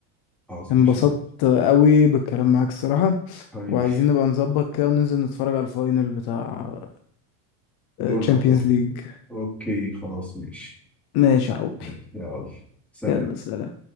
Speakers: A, in the centre; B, on the left.
A: خلاص
B: انبسطت
A: ماشي
B: قوي بالكلام معاك الصراحه
A: حبيبي
B: وعايزين نبقى نظبط كده وننزل نتفرج على الفاينل بتاع
A: دوري
B: تشامبيونز
A: الأبطال
B: ليج
A: أوكي خلاص ماشي
B: ماشي يا حبي
A: ماشي، يلا سلام
B: يلا سلام